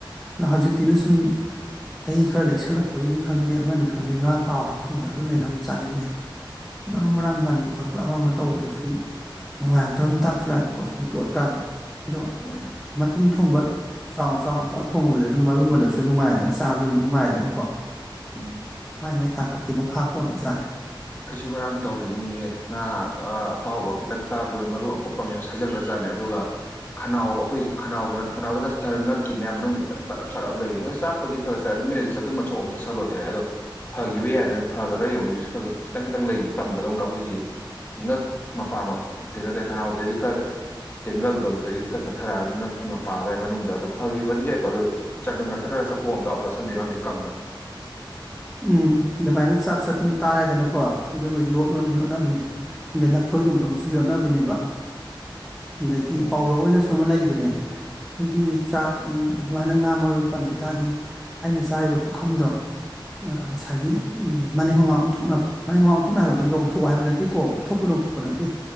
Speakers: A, in the centre; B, on the left.
A: ꯑꯗ ꯍꯧꯖꯤꯛꯇꯤꯅ ꯁꯨꯝ ꯆꯍꯤ ꯈꯔ ꯂꯩꯁꯜꯂꯛꯄꯒꯤꯅꯤ ꯈꯪꯗꯦ ꯑꯃꯅꯤ ꯈꯪꯗꯦ ꯉꯥ ꯇꯥꯎꯔꯒ ꯊꯣꯡꯕꯗ ꯑꯗꯨꯅꯅ ꯑꯃꯨꯛ ꯆꯥꯅꯤꯡꯉꯛꯑꯦ ꯃꯔꯨꯝ
B: ꯎꯝ
A: ꯃꯔꯥꯡ ꯃꯥꯟꯕ ꯈꯣꯠ ꯄꯞ ꯑꯃ ꯇꯧꯕꯗ ꯁꯨꯝ ꯅꯨꯡꯉꯥꯏ ꯇ ꯃꯇ ꯃꯇꯝꯥꯡ ꯁ ꯌꯥꯏꯕꯀꯣ ꯁꯨꯝ ꯇꯣꯠꯀꯥꯟꯗ ꯑꯗꯣ
B: ꯎꯝ
A: ꯃꯇꯨꯝ ꯊꯣꯡꯕ ꯆꯥꯎꯅ ꯆꯥꯎꯅ ꯀꯛ ꯊꯣꯡꯕꯗꯨꯗꯤ ꯑꯗꯨꯝ ꯃꯔꯨꯃꯜꯂꯁꯨ ꯅꯨꯡꯉꯥꯏꯗꯅ ꯆꯥꯕꯁꯨ ꯑꯗꯨꯝ ꯅꯨꯡꯉꯥꯏꯗꯅꯀꯣ
B: ꯎꯝ
A: ꯃꯥꯏ ꯃꯥꯏ ꯇꯥꯡꯀꯛꯀꯤ ꯃꯈꯥ ꯄꯣꯟꯕ ꯖꯥꯠꯅꯤ
B: ꯑꯩꯁꯨ ꯉꯔꯥꯡ ꯇꯧꯔꯤꯅꯤꯅꯦꯍꯦ ꯉꯥ ꯑꯇꯥꯎꯕ ꯈꯤꯇꯪ ꯆꯥꯕꯗꯨꯗ ꯃꯔꯨ ꯑꯀꯨꯞꯄ ꯑꯃꯅ ꯁꯖꯖꯤꯟꯈ꯭ꯔꯖꯠꯅꯦ ꯑꯗꯨꯒ ꯈꯅꯥꯎ ꯑꯩꯈꯣꯏ ꯈꯅꯥꯎꯗꯅ ꯈꯅꯥꯎꯗ ꯈ ꯆꯠꯊꯔꯒ ꯉꯛꯀꯤ ꯃꯌꯥꯝ ꯃꯅꯨꯡꯗ ꯈꯤꯇꯪ ꯄꯜꯂꯞ ꯁꯥꯠꯂꯞ ꯂꯩꯌꯦ ꯍꯣꯏ ꯆꯥꯛꯄꯗꯤ ꯈꯔ ꯆꯥꯏ ꯑꯗꯨ ꯃꯤꯅꯗꯤ ꯆꯠꯇ ꯑꯗꯨꯝ ꯃꯆꯧ ꯑꯃ ꯆꯠꯁꯤꯜꯂꯣꯗꯤ ꯍꯥꯏ ꯑꯗꯣ ꯐꯈꯤꯕ ꯌꯥꯏꯅ ꯐꯒꯗ꯭ꯔꯥ ꯌꯦꯧꯖꯤꯁꯨ ꯈꯔ ꯈ ꯈꯤꯇꯪ ꯈꯤꯇꯪ ꯂꯩꯔꯤ ꯄꯟꯕꯗꯧꯅ ꯑꯩꯈꯣꯏꯒꯤ ꯉꯛ ꯃꯄꯥꯃꯛꯇꯇꯩ ꯅꯠꯇ꯭ꯔꯦ ꯈꯅꯥꯎꯗꯩꯗꯤ ꯈꯔ ꯇꯦꯡꯒꯜꯗꯣ ꯑꯗꯨꯗꯒꯤꯗꯤ ꯈꯔ ꯆꯠꯊꯔꯛꯑꯒ ꯉꯛꯀꯤ ꯃꯄꯥ ꯑꯗꯨꯋꯥꯏ ꯃꯅꯨꯡꯗ ꯑꯗꯨꯣ ꯐꯈꯤꯕꯗꯤ ꯌꯥꯏꯀꯣ ꯑꯗꯣ ꯆꯪꯒ ꯉꯛꯇ ꯈꯔ ꯆꯈꯣ ꯑ ꯆ ꯑꯃ ꯆꯥꯁꯤꯟꯁꯤꯔꯥꯟꯗꯤ ꯀꯪꯅ
A: ꯎꯝ ꯑꯗꯨꯃꯥꯏꯅ ꯆꯥꯛ ꯆ ꯑꯗꯨꯝ ꯇꯥꯔꯦꯗꯅꯀꯣ ꯑꯗꯨꯒ ꯌꯣꯛ ꯂꯣꯟꯅ ꯌꯣꯠꯅꯕꯅꯦ ꯑꯗꯩ ꯂꯐꯣꯏꯒꯨꯝꯕꯒꯨꯝꯁꯨ ꯌꯣꯠꯅꯕ ꯑꯗꯨꯅꯦꯕ ꯑꯗꯒꯤ
B: ꯎꯝ
A: ꯄꯥꯎꯔꯧ ꯑꯣꯏꯅꯁꯨ ꯑꯃ ꯂꯩ ꯑꯗꯨꯅꯦ ꯑꯩꯈꯣꯏꯒꯤ ꯆꯥꯛ ꯑꯗꯨꯃꯥꯏꯅ ꯉꯥ ꯃꯔꯨ ꯄꯟꯈꯤ ꯇꯥꯔꯗꯤ ꯑꯩꯅ ꯆꯥꯔꯤꯕ ꯄꯨꯈꯝꯗꯣ ꯉꯁꯥꯏꯒꯤ ꯎ ꯃꯅꯤꯡ ꯃꯃꯥ ꯑꯣꯟꯊꯣꯛꯅꯕ ꯃꯅꯤꯡ ꯃꯃꯥꯡ ꯑꯣꯟꯊꯣꯛꯅꯕ ꯍꯥꯏꯕꯗꯤ ꯂ ꯂꯧꯊꯣꯛ ꯍꯥꯏꯕ ꯅꯦꯀꯣ ꯎꯞꯊꯣꯛꯄ ꯂꯣꯡꯊꯣꯛ ꯅꯠꯇꯦ